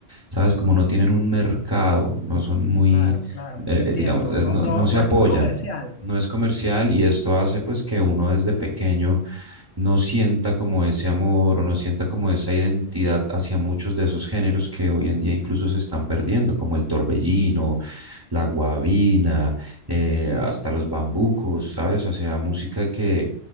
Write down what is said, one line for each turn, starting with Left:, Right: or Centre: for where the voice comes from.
Right: ¿sabes? Como no tienen un mercado, no son muy,
Left: Claro, claro,
Right: eh,
Left: te
Right: eh,
Left: entiendo.
Right: digamos, es-
Left: No,
Right: no,
Left: no,
Right: no se
Left: no
Right: apoyan,
Left: es muy comercial.
Right: no es comercial y esto hace pues que uno desde pequeño no sienta como ese amor o no sienta como esa identidad hacia muchos de esos géneros que hoy en día incluso se están perdiendo, como el torbellino, la guabina, eh, hasta los bambucos, ¿sabes? O sea, música que